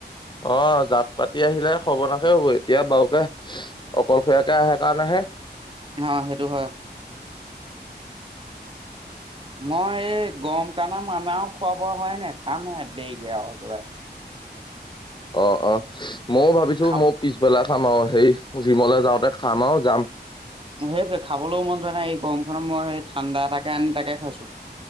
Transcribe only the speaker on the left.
অ জাক পাতি আহিলে হৰ্বনাশ হব এতিয়া বাওঁকে অকলশীয়াকে আহে কাৰণেহে। হে।
অ অ ময়ো ভাবিছো
মোৰ পিছবেলা। খাম আৰু সেই জিমলে যাওঁতে খাম আৰু যাম।